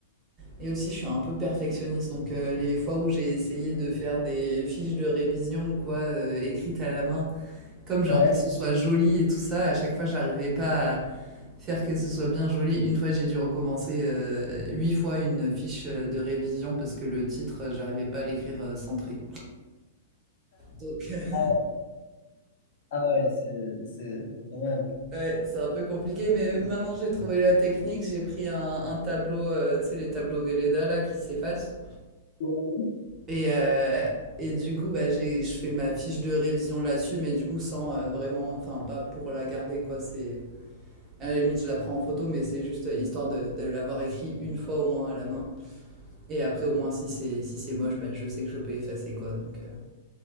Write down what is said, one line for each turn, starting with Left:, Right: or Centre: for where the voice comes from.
Right: Et aussi, je suis un peu perfectionniste, donc euh, les fois où j'ai essayé de faire des fiches de révision ou quoi, euh, écrites à la main, comme j'ai
Left: Ouais.
Right: envie que ce soit joli et tout ça, à chaque fois, j'arrivais pas à faire que ce soit bien joli. Une fois, j'ai dû recommencer euh, huit fois une fiche euh, de révision parce que le titre, euh, j'arrivais pas à l'écrire euh, centré. Donc, <laughs>
Left: Ah ouais, ah ouais, c'est c'est quand même.
Right: ouais, c'est un peu compliqué, mais maintenant j'ai trouvé la technique. J'ai pris un, un tableau, euh, tu sais, les tableaux Velleda là qui s'effacent.
Left: <laughs>
Right: Et, euh, et du coup, bah, j'ai, je fais ma fiche de révision là-dessus, mais du coup, sans euh, vraiment, enfin, pas pour la garder, quoi. C'est, à la limite, je la prends en photo, mais c'est juste euh, histoire de, de l'avoir écrit une fois au moins à la main. Et après, au moins, si c'est, si c'est moche, bah, je sais que je peux effacer, quoi. Donc, euh,